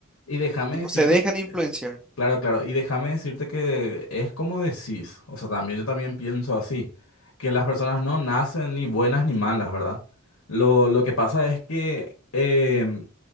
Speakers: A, on the left (about 80°); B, in the centre.
A: y déjame
B: Tipo,
A: decirte,
B: se dejan influenciar.
A: claro, claro, y déjame decirte que es como decís, o sea, también yo también pienso así, que las personas no nacen ni buenas ni malas, ¿verdad? Lo, lo que pasa es que em,